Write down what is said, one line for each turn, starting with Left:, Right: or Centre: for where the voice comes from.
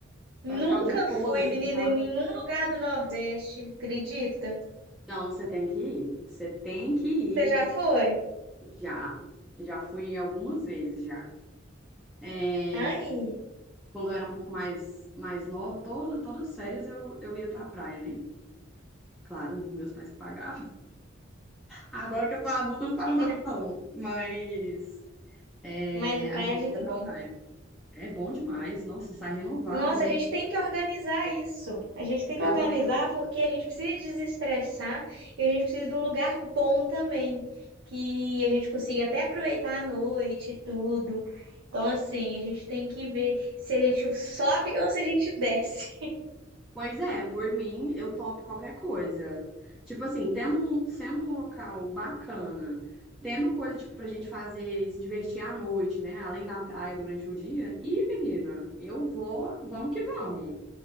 Right: nunca
Centre: pra ficar o dia todo,
Right: fui,
Centre: assim,
Right: menina,
Centre: sabe?
Right: em nenhum lugar do Nordeste, acredita?
Centre: Não, você tem que ir. Você tem que ir.
Right: Você já foi?
Centre: Já. Já fui algumas vezes já. É,
Right: Ai,
Centre: Quando eu era um pouco mais, mais nova, todo, todas as férias eu, eu ia pra praia, né? Claro, meus pais que pagavam. Agora que eu tô adulta, eu não pago
Right: <laughs>
Centre: mais não. Mas é,
Right: mas praia
Centre: a gente
Right: é muito
Centre: ia pra
Right: bom.
Centre: praia. É bom demais. Nossa, sai renovado,
Right: Nossa,
Centre: né?
Right: a gente tem que organizar isso. A gente tem que
Centre: Eu
Right: organizar
Centre: também acho.
Right: porque a gente precisa desestressar e a gente precisa de um lugar bom também, que a gente consiga até aproveitar a noite e tudo. Então, assim, a gente tem que ver se a gente sobe ou se a gente desce. <laughs>
Centre: Pois é, por mim, eu topo qualquer coisa. Tipo assim, tendo, um- sendo um local bacana, tendo coisa, tipo, pra gente fazer, se divertir à noite, né? Além da praia durante o dia. Ih, menina, eu vou, vamos que vamos.